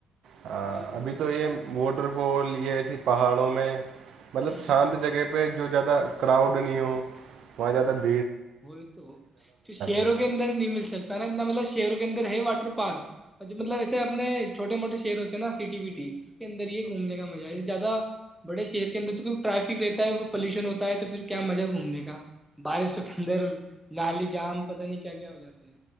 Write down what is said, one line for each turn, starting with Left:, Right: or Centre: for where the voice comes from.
Right: ہاں
Centre: اس لیے اس
Right: ابھی
Centre: کے اندر
Right: تو یہ
Centre: بھیڑ نہیں
Right: واٹر فال یہ ایسی پہاڑوں میں مطلب
Centre: ہوں
Right: شانت جگہ پہ جو جیادہ کراؤڈ نہیں ہو وہاں جیااتدہ
Centre: وہی تو شہروں
Right: ہے
Centre: کے اندر نہیں مل سکتا نا اتنا مطلب شہروں کے اندر ہے واٹر پارک مطلب ایسے اپنے چھوٹے موٹے شہر ہوتے نا سٹی وٹی اس کے اندر یہ ہے گھومنے کا مزہ ہے زیادہ بڑے شہر کے اندر تو ٹریفک رہتا ہے پلیوشن ہوتا ہے تو پھر کیا مزہ گھومنے کا بارش و اندر نالی جام پتہ نہیں کیا کیا ہو جاتے ہیں